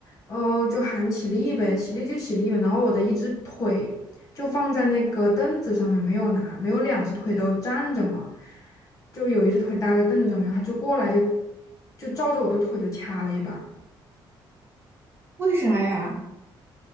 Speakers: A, on the left (about 40°); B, on the right (about 25°).
A: 呃，就喊起立呗，起立就起立呗。然后我的一只腿就放在那个凳子上面，没有拿，没有两只腿都站着嘛，就有一只腿搭在凳子上面，他就过来就就照着我的腿就掐了一把，
B: 为啥呀？